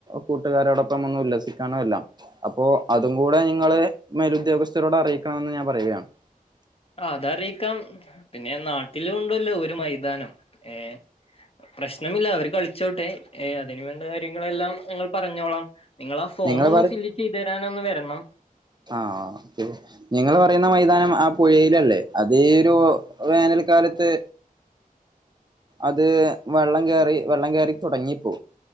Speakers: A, on the right; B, on the left.
A: കൂട്ടുകാരോടൊപ്പം ഒന്ന് ഉല്ലസിക്കാൻ ണു എല്ലാം അപ്പോ അതും കൂടെ നിങ്ങള് മേലുദ്യോഗസ്ഥരോട് അറിയിക്കണമെന്ന് ഞാൻ പറയുകയാണ്
B: ആഹ് അതറിയിക്കാം പിന്നെ നാട്ടില് ഉണ്ടല്ലോ ഒരു മൈതാനം ഏഹ് പ്രശ്നമില്ല അവര് കളിച്ചോട്ടെ ഏഹ് അതിന് വേണ്ട കാര്യങ്ങളെല്ലാം ഞങ്ങൾ പറഞ്ഞോളാം നിങ്ങളാ ഫോം
A: നിങ്ങൾ
B: ഒന്ന് ഫില്ല് ചെയ്തു തരാൻ ഒന്ന് വരണം
A: ആഹ് അപ്പോ നിങ്ങള് പറയുന്ന മൈതാനം ആ പുഴയിലല്ലേ അതി ഒരു വേനൽക്കാലത്ത് അത് വെള്ളം കേറി വെള്ളം കേറി തുടങ്ങിപ്പോ